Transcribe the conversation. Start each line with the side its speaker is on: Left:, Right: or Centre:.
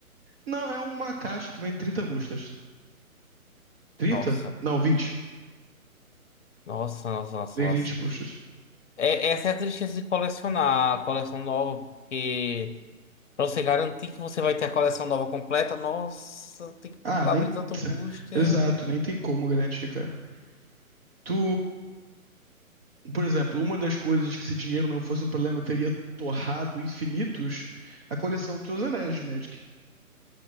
Right: Não, é uma caixa que vem trinta boosters. Trinta?
Left: Nossa.
Right: Não, vinte.
Left: Nossa, nossa, nossa,
Right: Vem
Left: nossa.
Right: 20 boosters.
Left: É, essa é a tristeza de colecionar a coleção nova, porque pra você garantir que você vai ter a coleção nova completa, nossa, tem que
Right: Ah,
Left: abrir
Right: nem.
Left: tanto
Right: <laughs>
Left: booster.
Right: Exato, nem tem como garantir, cara. Tu. Por exemplo, uma das coisas que se dinheiro não fosse um problema, eu teria torrado infinitos a coleção de seus anéis de Magic.